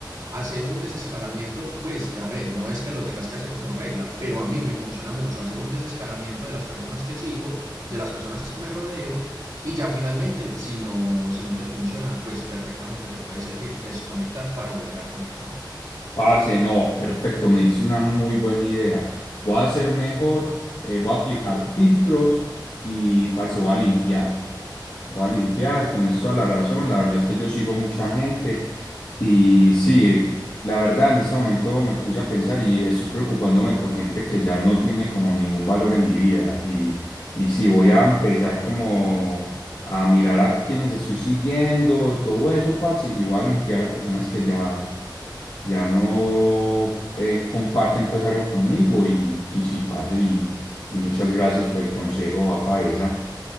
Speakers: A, on the right; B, on the left.
A: Hacer un desescalamiento, pues, a ver, no es que lo tengas que hacer como regla, pero a mí me funciona mucho hacer un desescalamiento de las personas que sigo, de las personas que me rodeo, y ya finalmente, si no, si no te funciona, pues perfectamente te puede servir desconectar para volver a conectar.
B: Parce, no, perfecto, me hice una muy buena idea. Voy a hacer mejor, eh, voy a aplicar filtros y, parce, voy a limpiar. Voy a limpiar, tenés toda la razón. La verdad es que yo sigo mucha gente. Y sí, la verdad en este momento me puse a pensar y estoy preocupándome por gente que ya no tiene como ningún valor en mi vida. Y, y sí, voy a empezar como a mirar a quienes estoy siguiendo, todo eso, parce, y voy a limpiar a personas que ya, ya no eh, comparten pues algo conmigo. Y, y sí, parce, y, y muchas gracias por el consejo, apa esa.